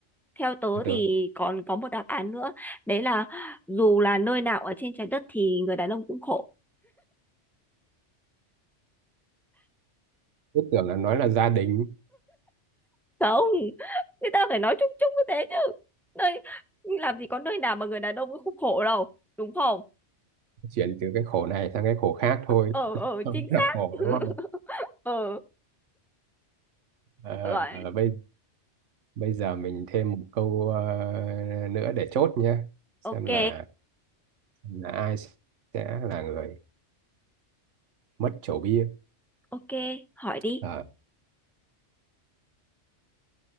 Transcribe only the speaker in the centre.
Theo tớ
thì còn có một đáp án nữa. Đấy là dù là nơi nào ở trên trái đất thì người đàn ông cũng khổ.
không người ta phải nói chung chung như thế chứ nơi làm gì có nơi nào mà người đàn ông cũng không khổ đâu đúng không
ờ ờ
chính
xác
<laughs>
ờ
rồi
ok
ok hỏi đi